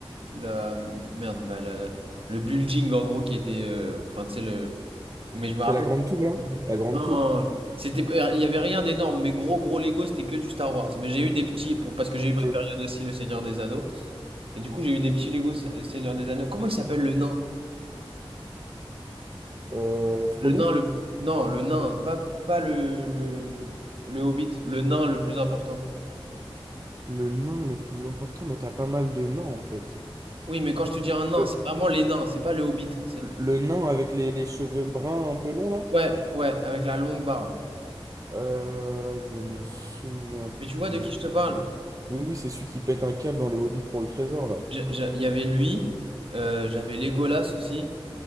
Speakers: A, on the right; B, on the right.
A: la, merde, bah, la- le building en gros qui était, euh, enfin tu sais le, mais je me
B: C'est
A: rappelle,
B: la Grande Tour, là? La Grande
A: non,
B: Tour?
A: non, non, c'était, pas- il y avait rien d'énorme, mais gros gros Lego c'était que du Star Wars. Mais j'ai eu des petits, pour- parce que j'ai
B: Ok.
A: eu ma période aussi le Seigneur des Anneaux, et du coup j'ai eu des petits Lego Se- Seigneur des Anneaux. Comment il s'appelle le nain?
B: Euh, Frodon?
A: Le nain, le... Non, le nain, pas, pas le, le, le hobbit, le nain le plus important.
B: Le nain le plus important, mais t'as pas mal de nains, en fait.
A: Oui, mais quand je te dis un nain,
B: Le,
A: c'est vraiment les nains, c'est pas le hobbit. C'est...
B: le nain avec les, les cheveux bruns un peu longs, là?
A: Ouais, ouais, avec la longue barbe.
B: Euh, je me souviens plus.
A: Mais tu vois de qui je te parle?
B: Oui, oui, c'est celui qui pète un câble dans le Hobbit pour le trésor, là.
A: Je- je- Il y avait lui, euh, j'avais Legolas aussi,